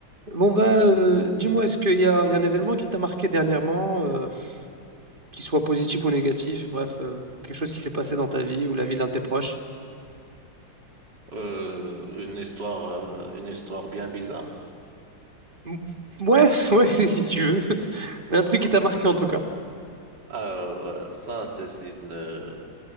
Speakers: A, on the right (about 30°); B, on the right (about 60°).
A: Bon bah euh, dis-moi, est-ce qu'il y a, il y a un événement qui t'a marqué dernièrement, euh, qui soit positif ou négatif, bref, euh, quelque chose qui s'est passé dans ta vie ou la vie d'un de tes proches?
B: Euh, une histoire, euh, une histoire bien bizarre.
A: M- Ouais, <laughs> ouais, si si tu veux. <laughs> Mais un truc
B: Ok.
A: qui t'a marqué en tout cas.
B: ah ouais, ça, c'est c'est une. euh,